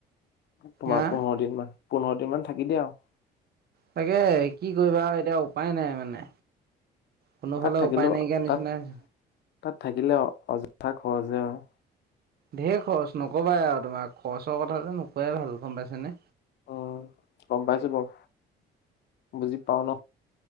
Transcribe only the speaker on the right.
হা
তাকে, কি কৰিবা আও এতিয়া উপায় নাই মানে। কোনোফালে
উপায় নাইকিয়া নিচিনা
হৈছে।
ঢেৰ খৰচ নকবা আও তোমাৰ, খৰচৰ কথা যে নোক কোৱাই ভাল গম পাইছে নে?